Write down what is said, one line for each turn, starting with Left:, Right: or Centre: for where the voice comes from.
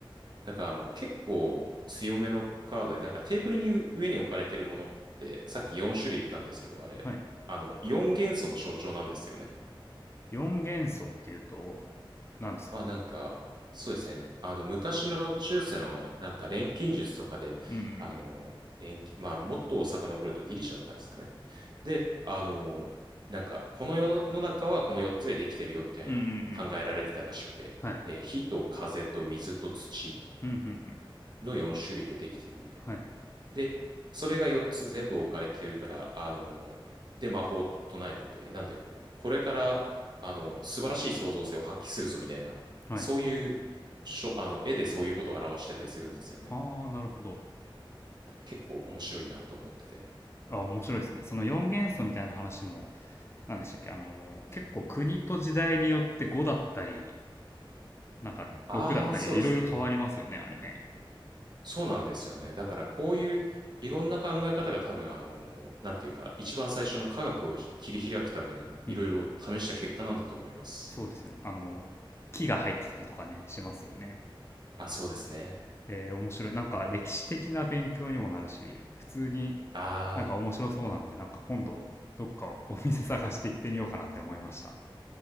Right: だからもう結構強めのカードで、なんかテーブルに上に置かれてるものって、さっき4種類言ったんですけど、あれ、
Left: ー、はい。
Right: あの、4元素の象徴なんですよね。
Left: 4元素っていうと、何ですか
Right: まあなんか、そうですね、あの、昔の中世のなんか錬金術とかで、
Left: うんうん
Right: あの、錬金、まあもっと遡るとギリシャとかですかね。で、あの、なんか、この世の中はこの4つでできてるよみたいな考えられてたらしくて、
Left: うん。うんうんうん。はい。
Right: えー火と風と水と土
Left: うんうんうん。
Right: の4種類でできてるみたいな。
Left: はい。
Right: で、それが4つ全部置かれてるから、あの、で、魔法を唱えてて、なんでこう、これから、あの、素晴らしい創造性を発揮するぞみたいな、
Left: はい。
Right: そういう、しょ、あの、絵でそういうことを表してたりするんですよね。
Left: ああ、なるほど。
Right: 結構面白いなと思ってて。
Left: あ、面白いですね。その4元素みたいな話も、何でしたっけあの結構国と時代によって5だったり、なんか6だったり、
Right: ああ、そうですね。
Left: いろいろ変わりますよね、あれね。
Right: そうなんですよね。だからこういういろんな考え方が多分あの、なんていうか、一番最初の科学をひ切り開くためにいろいろ試した結果なんだと思います。
Left: うんうん。そうですよね。あの木が入ってたりとかね、しますよね。
Right: あ、そうですね。
Left: えー面白い。なんか歴史的な勉強にもなるし、普通に
Right: ああ、
Left: なんか面白そうなんで、なんか今度どっかお店探して行ってみようかなって思いました。